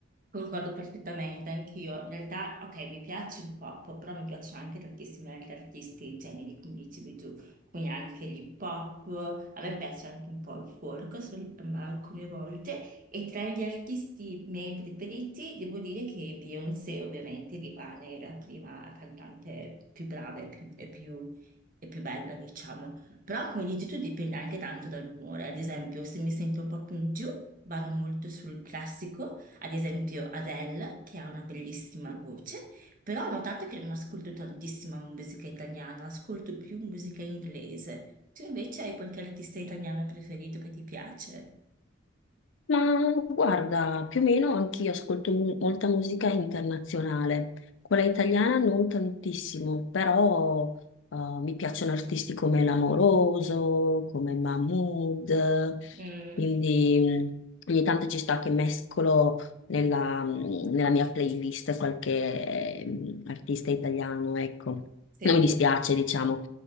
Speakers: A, on the right; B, on the left.
A: Concordo perfettamente, anch'io. In realtà, ok, mi piace il pop, però mi piacciono anche tantissimi altri artisti e generi, come dicevi tu, quindi anche l'hip hop. A me piace anche un po' il folk, sol- ma alcune volte. E tra gli artisti miei preferiti, devo dire che Beyoncé ovviamente rimane la prima cantante più brava e più, e più e più bella, diciamo. Però, come dici tu, dipende anche tanto dall'umore. Ad esempio, se mi sento un po' più in giù, vado molto sul classico. Ad esempio Adele, che ha una bellissima voce, però ho notato che non ascolto tantissima musica italiana, ascolto più musica inglese. Tu invece hai qualche artista italiano preferito che ti piace?
B: Ma guarda, più o meno anch'io ascolto mu- molta musica internazionale, quella italiana non tantissimo, però eh, mi piacciono artisti come L'Amoroso, come Mahmood,
A: Mm,
B: quindi mm, ogni tanto ci sta che mescolo nella, mm, nella mia playlist qualche mm, artista italiano, ecco.
A: sì.
B: Non mi dispiace, diciamo.